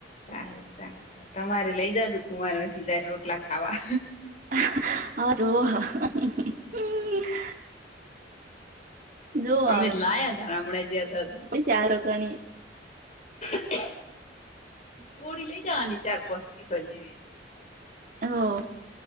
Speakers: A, on the left; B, on the right.
A: સારું સારું તમારે લઈ જાજુ <unintelligible> રોટલા ખાવા
B: <unintelligible> જોવો
A: અમે
B: હવે
A: લાયા તા <unintelligible>
B: <unintelligible>
A: <unintelligible>
B: હો